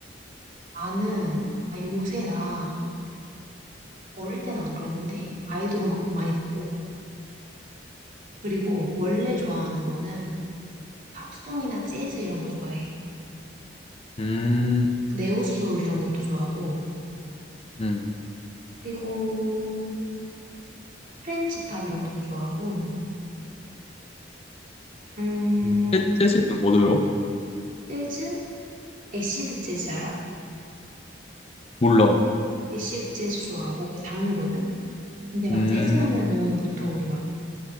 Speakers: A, on the right; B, on the left.
A: 나는, 아, 요새 나 어릴 때는 안 그랬는데 아이돌 음악 많이 듣고 그리고 원래 좋아하는 거는 팝송이나 재즈 이런 거 좋아해.
B: 음,
A: 네오솔 이런 것도 좋아하고,
B: 음,
A: 그리고 프렌치 팝 이런 것도 좋아하고, 음,
B: 음. 재- 재즈는 뭐 들어?
A: 재즈? 애시드 재즈 알아?
B: 몰라.
A: 애시드 재즈 좋아하고, 그 장르거든? 근데 막
B: 음,
A: 재즈 하면은 보통 우리 막